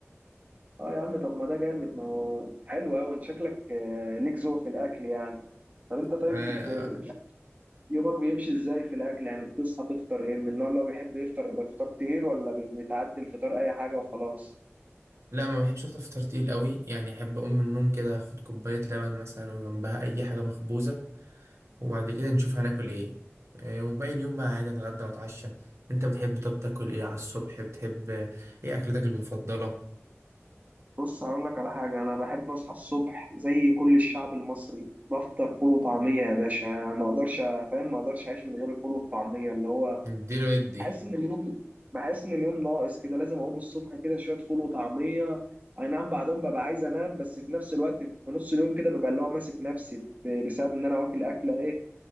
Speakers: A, on the right (about 30°); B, on the right (about 70°).
A: اه يا عم طب ما ده جامد ما هو حلو قوي انت شكلك آه، ليك ذوق في الاكل يعني طب انت طيب
B: آه
A: بت- يومك بيمشي ازاي في الاكل يعني بتصحى تفطر ايه من النوع اللي هو بيحب يفطر فطار تقيل ولا بي- بتعدي الفطار اي حاجة وخلاص
B: لا ما بحبش افطر فطار تقيل قوي يعني احب اقوم من النوم كده اخد كوبايه لبن مثلا وجنبها اي حاجه مخبوزه وبعد كده نشوف هناكل ايه آه، وباقي اليوم بقى عادي اتغدى واتعشى انت بتحب طب تاكل ايه على الصبح بتحب آه، ايه اكلتك المفضلة
A: بص هقول لك على حاجة أنا بحب أصحى الصبح زي كل الشعب المصري بفطر فول وطعمية يا باشا ما أقدرش فاهم ما أقدرش أعيش من غير الفول والطعمية اللي هو
B: اديله ادي
A: بحس إن اليوم بحس إن اليوم ناقص كده لازم أقوم الصبح كده شوية فول وطعمية أي نعم بعدهم ببقى عايز أنام بس في نفس الوقت في نص اليوم كده ببقى اللي هو ماسك نفسي ب- بسبب إن أنا واكل أكلة إيه